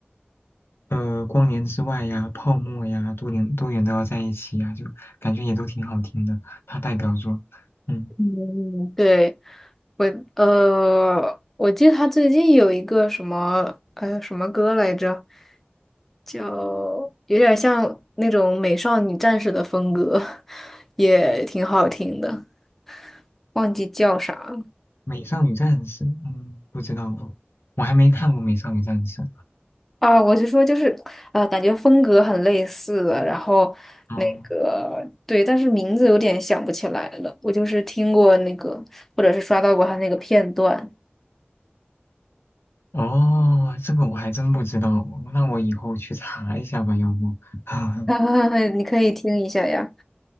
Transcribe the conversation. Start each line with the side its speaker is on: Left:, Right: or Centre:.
Left: 呃，光年之外呀、泡沫呀，多远多远都要在一起呀，就感觉也都挺好听的。他代表作，嗯，
Centre: 嗯，对，我呃，我记得他最近有一个什么呃什么歌来着，叫有点像那种美少女战士的风格，<laughs> 也挺好听的。忘记叫啥
Left: 《美少女战士》，嗯，不知道哦，我还没看过《美少女战士》
Centre: 啊，我就说就是，呃，感觉风格很类似了，然后那个对，
Left: 哦
Centre: 但是名字有点想不起来了。我就是听过那个，或者是刷到过他那个片段，
Left: 哦，这个我还真不知道哦，那我以后去查一下吧，要不？<laughs>
Centre: <laughs> 你可以听一下呀。